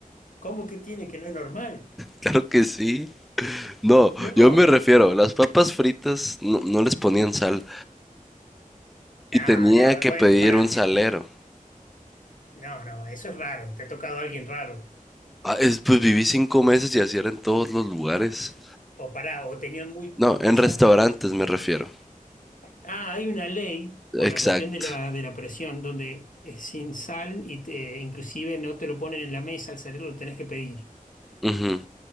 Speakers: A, on the left; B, in the centre.
A: ¿Cómo que tiene que no es normal?
B: Claro que sí. No,
A: No,
B: yo me refiero,
A: yo-
B: las papas fritas no, no les ponían sal
A: no,
B: y tenía
A: no,
B: que
A: bueno,
B: pedir
A: pará.
B: un salero.
A: eh, No, no, eso es raro. Te ha tocado alguien raro.
B: Ah, es- pues viví cinco meses y así era en todos los lugares.
A: O pará, o tenían muy
B: No,
A: poca
B: en restaurantes
A: sal.
B: me refiero.
A: Ah, hay una ley por
B: Exacto.
A: la cuestión de la, de la presión donde es sin sal y te, inclusive no te lo ponen en la mesa al salir, lo tenés que pedir.
B: Ujú.